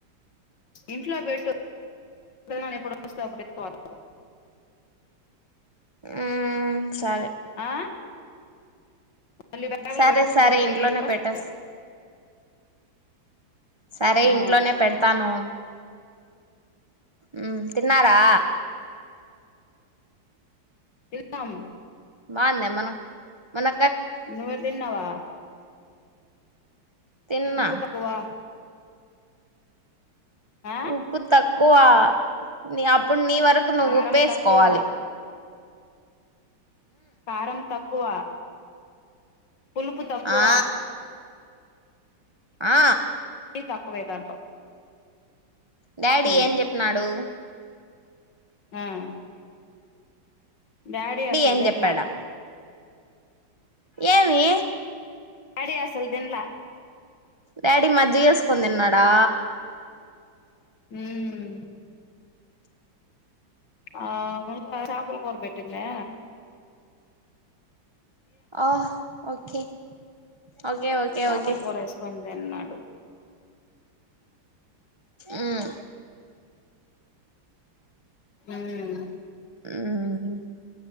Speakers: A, on the left (about 60°); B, on the right (about 45°).
A: ఇంట్లో పెట్టు పెదనాన ఎప్పుడు వస్తే అప్పుడు ఎత్తుకపోతాడు
B: ఆం సరే
A: ఆ మళ్ళీ బ్యాగ్
B: సరే
A: లో పెట్టుకొని
B: సరే
A: పోయి
B: ఇంట్లోనే
A: ఎట్టొస్తా
B: పెట్టెస్ సరే
A: ఆ
B: ఇంట్లోనే పెడతాను ఉం తిన్నారా
A: తిన్నాం
B: బాందేమను మొన్న
A: నువ్వే తిన్నావా
B: తిన్నా
A: ఉప్పు తక్కువా ఆ
B: ఉప్పు తక్ కువా నీ అపుడ్ నీవర్ రకు నువ్వుప్పేస్కోవాలి.
A: కారం తక్కువ కారం తక్కువ పులుపు తక్కువ
B: ఆ ఆ
A: న్ని తక్కువే దాంట్లో
B: డాడీ
A: ఉమ్
B: ఏం చెప్పినాడు?
A: ఉమ్ డాడీ అసల్దీన్లా
B: ఏం చెప్పాడా ఏమి?
A: డీ అసలు దిన్లా
B: డాడీ మజ్జిగేస్కోని తిన్నాడా.
A: హ్మ్ ఆ ఉళ్ల చాపల కూరబెట్టిందే.
B: ఆ ఓకే, ఓకే ఓకే
A: చేపల
B: ఓకే.
A: కూర వేసుకొని తిన్నాడు
B: ఉమ్
A: ఉమ్
B: మ్మ్